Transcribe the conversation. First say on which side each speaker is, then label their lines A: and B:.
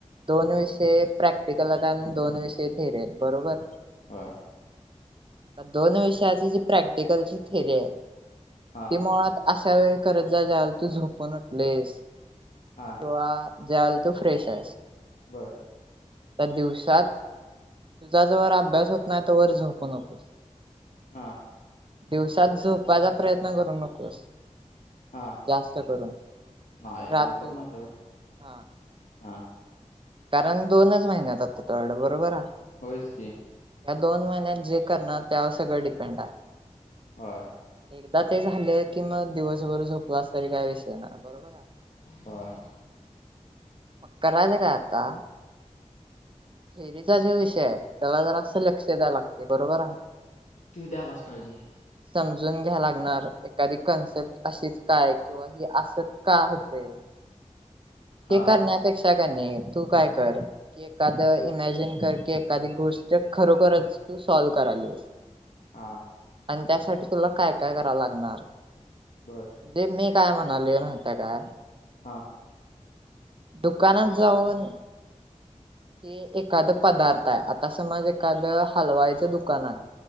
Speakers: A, on the right (about 45°); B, on the left (about 75°).
A: दोन विषय प्रॅक्टिकल राता आणि दोन विषय- रेल बरोबर.
B: होय
A: दोन विषयाची जी प्रॅक्टिकलची थिरीये.
B: हा
A: ते मुळात अस- त्या वेळी करत जा जाल- तू झोपून उटलेस
B: हा
A: किंवा- ज्या वेळेला तू फ्रेश आहेस
B: बरं.
A: त्या दिवसात तुझा जवर अभ्यास होत नाय तोवर झोप नकोस.
B: हा.
A: दिवसात झोपपाचा प्रयत्न करू नकोस.
B: हा
A: जास्त करून आणि
B: नाही
A: रात्री
B: झोपत नाही सोड
A: हा
B: हा
A: कारण दोनच महिन्यात आता तोकड बरोबर-
B: होओइसकी-
A: या दोन जे करणार त्यावर सगळं डिपेंड आहे.
B: होय.
A: एकदा ते झालं कि मग- दिवसभर झोपलास तरी काय विषय नाय बरोबर आहे.
B: होय
A: मग करायच काय आता थेरीचा जो विषय आहे त्याला जरा असं लक्ष द्याव लागते बरोबर हाय?
B: ते द्यायलाच पाहिजे.
A: समजून घ्या लागणार एखादी कन्सेप्ट अशीच काय? किंवा ह अस का होते.
B: हा
A: ते करण्यापेक्षा क नाही तू काय कर की एखाद इमॅजिन कर की एखादी गोष्ट खरोखरच तू सॉल्व करालीस
B: हा.
A: त्यासाठी तुला काय काय करावं लागणार
B: बर
A: जे मी काय म्हणाले माहितेय का
B: हां.
A: दुकानात जाऊन की एखादं पदार्थ आहे आता समज एखादं हलवायच दुकान आहे.